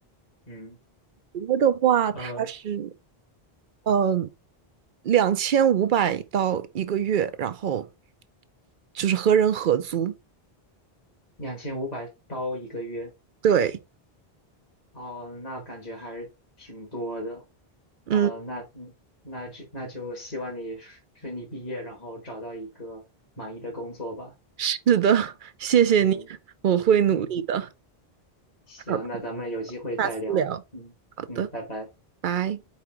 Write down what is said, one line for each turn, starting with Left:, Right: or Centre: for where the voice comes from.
Left: 嗯，
Right: 纽约的话，它是
Left: 呃，
Right: 嗯两千五百到一个月，然后就是和人合租。
Left: 两千五百刀一个月，
Right: 对，
Left: 哦，那感觉还是挺多的。
Right: 嗯。
Left: 呃，那嗯那就那就希望你顺顺利毕业，然后找到一个满意的工作吧。
Right: 是的，谢谢你，
Left: 嗯。
Right: 我会努力的。
Left: 嗯，行，
Right: 好的，
Left: 那咱们有机会再聊。
Right: 下次聊。
Left: 嗯嗯，
Right: 好的，
Left: 拜拜。
Right: 拜。